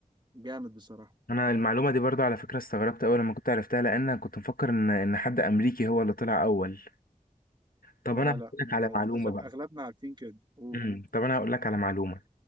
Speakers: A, on the right (about 30°); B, on the left (about 80°).
A: جامد بصراحة
B: انا المعلومة دي برضو على فكرة استغربت اول لما كنت عرفتها لان أنا كنت مفكر ان ان حد امريكي هو اللي طلع اول طب
A: لا
B: انا هقول
A: لا
B: لك
A: أنا
B: على معلومة
A: للأسف
B: بقى
A: أغلبنا عارفين كده قول
B: مم. طب انا هقول لك على معلومة